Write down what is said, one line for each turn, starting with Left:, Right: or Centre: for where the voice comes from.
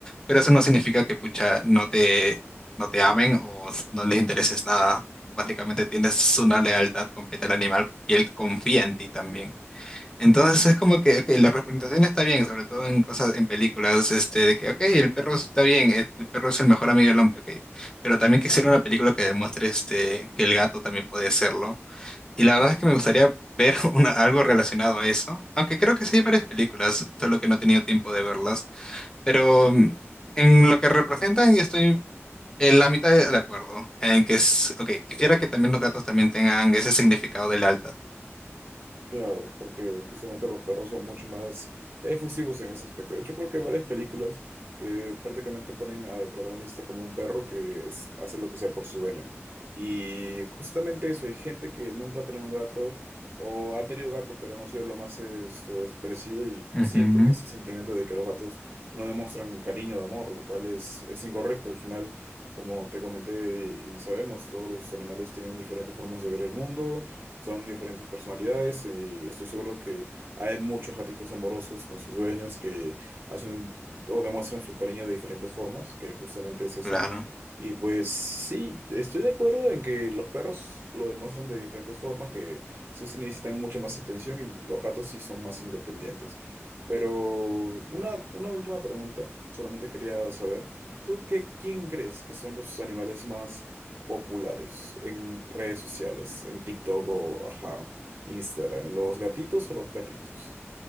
Left: pero eso no significa que, pucha, no te, no te amen o s- no les intereses nada. Básicamente tienes una lealtad completa al animal y él confía en ti también. Entonces es como que, ok, la representación está bien, sobre todo en cosas, en películas, este, de que, ok, el perro está bien, el el perro es el mejor amigo del hombre, ok, pero también quisiera una película que demuestre, este, que el gato también puede serlo y la verdad es que me gustaría ver <laughs> una- algo relacionado a eso, aunque creo que sí hay varias películas, solo que no he tenido tiempo de verlas. Pero mm, en lo que representan, yo estoy en la mitad de de acuerdo, en que es, ok, quisiera que también los gatos también tengan ese significado del alta.
Right: Claro, porque justamente los perros son mucho más efusivos en ese aspecto. De hecho, creo que hay varias películas que prácticamente ponen al protagonista como un perro que es- hace lo que sea por su dueño. Y justamente eso, hay gente que nunca ha tenido un gato o ha tenido gato pero no ha sido lo más esto, expresivo y
Left: Ujú.
Right: sienten ese sentimiento de que los gatos no demuestran cariño o amor, lo cual es, es incorrecto. Al final, como te comenté y sabemos, todos los animales tienen diferentes formas de ver el mundo son diferentes personalidades y estoy seguro que hay muchos gatitos amorosos con sus dueños que hacen o demuestran su cariño de diferentes formas, que justamente es eso.
Left: Claro.
Right: Y pues sí, estoy de acuerdo en que los perros lo demuestran de diferentes formas, que sí, sí necesitan mucha más atención y los gatos sí son más independientes. Pero una, una última pregunta, solamente quería saber, ¿tú qué, quién crees que son los animales más populares en redes sociales, en TikTok o ajá, Instagram, los gatitos o los perritos?